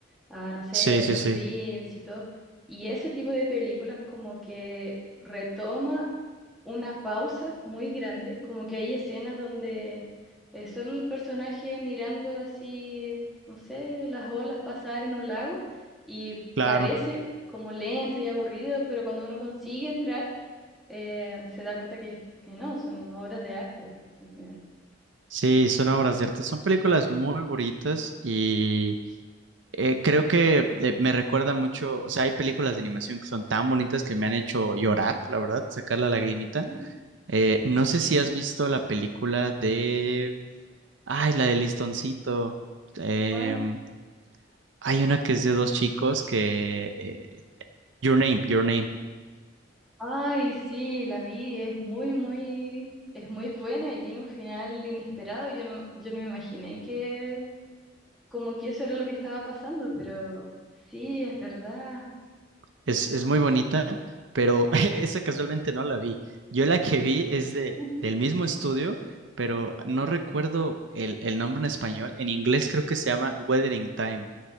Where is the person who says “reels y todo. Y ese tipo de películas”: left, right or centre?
Centre